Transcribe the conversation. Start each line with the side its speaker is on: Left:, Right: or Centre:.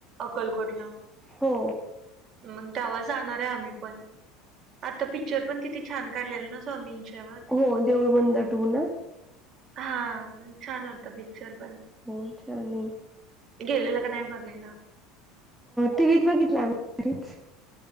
Right: अक्कलकोटला.
Centre: हो.
Right: मग तवा जाणार आहे आम्ही पण, आता पिक्चर पण किती. किती छान काढलेलं ना स्वामींच्यावर.
Centre: हो देऊळबंद टू ना.
Right: हा छान होता पिक्चर पण.
Centre: हो चालेल.
Right: गेलेलं का नाही बघायला.
Centre: टी व्हीत बघितलं आ घरीच.